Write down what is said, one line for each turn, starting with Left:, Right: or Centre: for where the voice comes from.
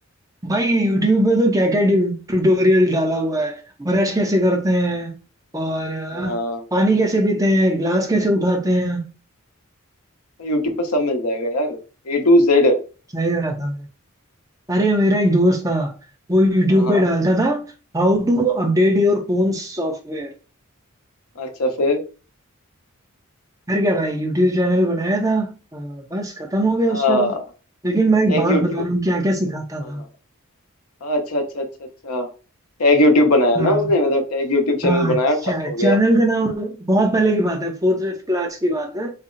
Right: भाई यूट्यूब पे तो क्या क्या ट्यूटोरियल डाला हुआ है ब्रश कैसे करते हैं और अ,
Left: हाँ
Right: पानी कैसे पीते हैं ग्लास कैसे उठाते हैं
Left: यूट्यूब पर सब मिल जाएगा यार ए टू जेड
Right: सही रहता है अरे मेरा एक दोस्त था वो यूट्यूब
Left: हाँ हाँ
Right: पे डालता था how to update your phone software
Left: अच्छा फिर
Right: फिर क्या भाई यूट्यूब चैनल बनाया था अ, बस खत्म हो गया
Left: हाँ
Right: उसका तो लेकिन मैं एक
Left: Tag
Right: बात
Left: YouTube
Right: बता रहा हूँ क्या क्या सिखाता
Left: हाँ
Right: था
Left: हाँ हाँ, अच्छा अच्छा अच्छा अच्छा टैग यूट्यूब बनाया
Right: हाँ
Left: ना उसने मतलब टैग यूट्यूब चैनल
Right: हाँ
Left: बनाया
Right: चा,
Left: ठप हो
Right: चैनल
Left: गया
Right: का नाम बहुत पहले की बात है फोर्थ फिफ्थ क्लास की बात है